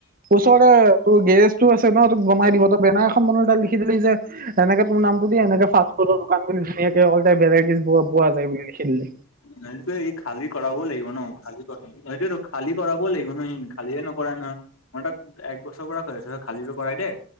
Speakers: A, on the right (about 40°); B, on the left (about 70°).
A: ওচৰৰে। ত' গেজটো আছে ন তোক বনাই দিব ত বনাৰ এখন বন তাত লিখি দিলি যে। এনেকে তোৰ নামটো দিয় এনে ফা ফুডৰ দোকান বুলি ধুনীয়াকে অলটাইপ ভেইটিজ পোৱা যায় বুলি লিখি দিলে।
B: ন ত এই খালী কৰাবও লাগিব ন খালী। সেইটোয়তো খালী কৰাবই লাগিব নহ সি খালিয়ে নকৰাই নহয় মই তাক এক বছৰ পৰা কৈ আছো খালী। কৰাই দেই